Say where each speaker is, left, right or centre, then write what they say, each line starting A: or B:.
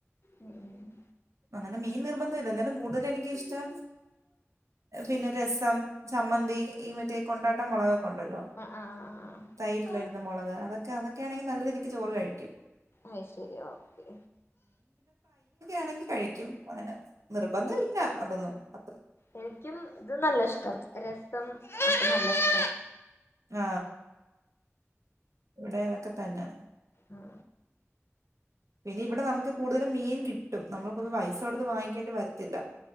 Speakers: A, on the left; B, on the right.
A: ഉം ഉം ഉം
B: അങ്ങനെ മീൻ നിർ ബന്ധം ഇല്ല ന്നാലും കൂടുതല് എനിക്കിഷ്ടം പിന്നെ രസം, ചമ്മന്തി ഈ മറ്റേ കൊണ്ടാട്ടം മുളകൊ ക്കൊണ്ടല്ലോ
A: ആഹ് ആഹ്
B: തൈരിലിടണ
A: ആഹ്
B: മൊളക് അതൊക്കെ അതൊക്കെ ആണെങ്കി നല്ല രീതി ക്ക്‌ ചോറ് കഴിക്കും.
A: അയ്ശരി ഓക്കെ
B: ആണെങ്കി കഴിക്കും അങ്ങനെ നിർബന്ധമില്ല അതൊന്നും അത്ര
A: എനിക്കും ഇതൊന്നല്ല ഇഷ്ട്ടം രസം ഒക്ക നല്ല ഇഷ്ട്ടാ
B: ആ ഇവിടേം അതൊക്കെ തന്നെ.
A: ങാ
B: പിന്നെ ഇവിടെ നമുക്ക് കൂടുതലും മീൻ കിട്ടും. നമ്മളിപ്പത് പൈസോടുത്ത് വാങ്ങിക്കേണ്ടി വരത്തില്ല.